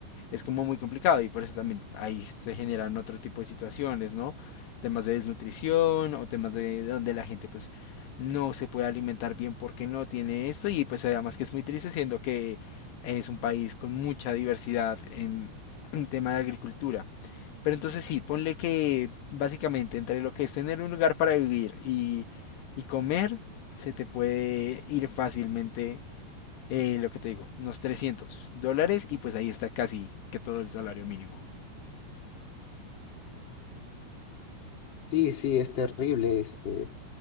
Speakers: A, on the left; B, on the left.
A: es como muy complicado y por eso también ahí se generan otro tipo de situaciones, ¿no? Temas de desnutrición o temas de donde la gente pues no se puede alimentar bien porque no tiene esto y pues además que es muy triste siendo que es un país con mucha diversidad en, en tema de agricultura. Pero entonces sí, ponle que básicamente entre lo que es tener un lugar para vivir y, y comer, se te puede ir fácilmente eh, lo que te digo, unos 300 dólares y pues ahí está casi que todo el salario mínimo.
B: Sí, sí, es terrible. Este,